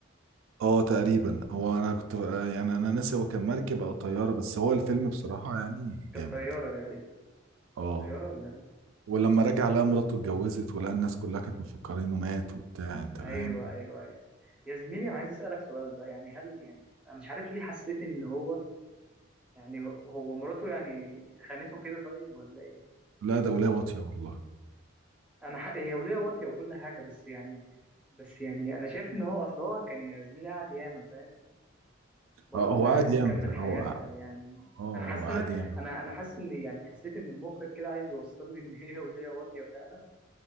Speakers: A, on the right; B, in the centre.
A: اه تقريبا هو انا كنت يعني انا ناسي هو كان مركب او طيارة بس هو الفيلم بصراحة يعني
B: كانت
A: جامد
B: طياره تقريبا
A: اه
B: كانت طياره ولا
A: ولما رجع لقى مراته اتجوزت ولقى الناس كلها كانت مفكرين انه مات وبتاع انت
B: ايوه
A: فاهم
B: ايوه ايوه يا زميلي انا عايز اسالك سؤال بقى يعني هل يعني انا مش عارف ليه حسيت ان هو يعني هو مراته يعني خانته كده طيب ولا ايه
A: لا ده ولا واطيه والله
B: انا ح... هي ولية واطية وكل حاجة بس يعني بس يعني انا شايف ان هو اصل هو كان يا زميلي قاعد ياما فاهم برضه
A: اه هو
B: هي
A: قاعد
B: عايزة
A: يعمل
B: تكمل حياتها
A: هو اه
B: يعني
A: هو
B: انا حاسس
A: قاعد
B: ان انا
A: يعمل
B: انا أنا حاسس ان يعني حسيت ان المخرج كده عايز يوصل لي ان هي ولية واطية فعلا